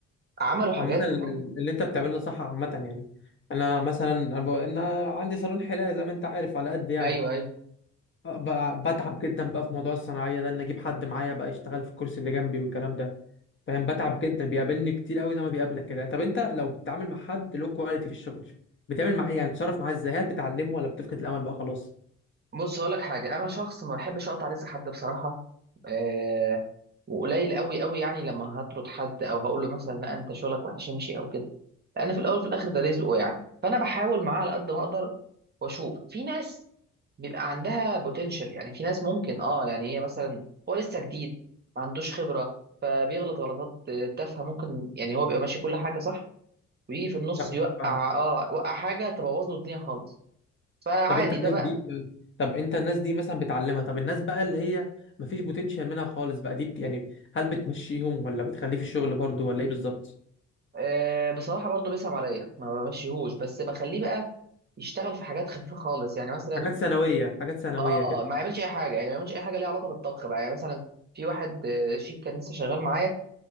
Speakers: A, on the right; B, on the left.
A: عملوا حاجات
B: عامة ال-
A: بجد
B: ال- اللي انت بتعمله ده صح عامة يعني انا مثلا انا ب- انا عندي صالون حلاقة زي ما انت عارف على قد يعني
A: ايوه ايوه
B: ب- بتعب جدا بقى في موضوع الصناعية ده ان اجيب حد معايا بقى يشتغل في الكرسي اللي جنبي والكلام ده فاهم بتعب جدا بيقابلني كتير قوي زي ما بيقابلك كده طب انت لو بتتعامل مع حد له كواليتي في الشغل بتعمل معاه ايه يعني بتتصرف معاه ازاي هل بتعلمه ولا بتفقد الامل بقى خلاص
A: بص هقول لك حاجه انا شخص ما بحبش اقطع رزق حد بصراحه أه وقليل قوي قوي يعني لما هطرد حد او هقول له مثلا لا انت شغلك وحش امشي او كده لان في الاول وفي الاخر ده رزقه يعني فانا بحاول معاه على قد ما اقدر واشوف في ناس بيبقى عندها بوتنشال يعني في ناس ممكن اه يعني هي مثلا هو لسه جديد ما عندوش خبره فبيغلط غلطات تافهه ممكن يعني هو بيبقى ماشي كل حاجه صح ويجي في النص
B: فاهمك
A: يوقع
B: فاهمك
A: اه يوقع حاجه تبوظ له الدنيا خالص فعادي
B: طب انت
A: ده
B: الناس
A: بقى
B: دي طب انت الناس دي مثلا بتعلمها طب الناس بقى اللي هي مفيش بوتنشال منها خالص بقى دي بت- يعني هل بتمشيهم ولا بتخليه في الشغل برضو ولا ايه بالظبط
A: آه بصراحه برضه بيصعب عليا ما بمشيهوش بس بخليه بقى يشتغل في حاجات خفيفه خالص يعني مثلا
B: حاجات ثانويه حاجات ثانويه
A: اه
B: كده
A: ما يعملش اي حاجه يعني ما يعملش اي حاجه ليها علاقه بالطبخ بقى يعني مثلا في واحد آه، شيف كان لسه شغال معايا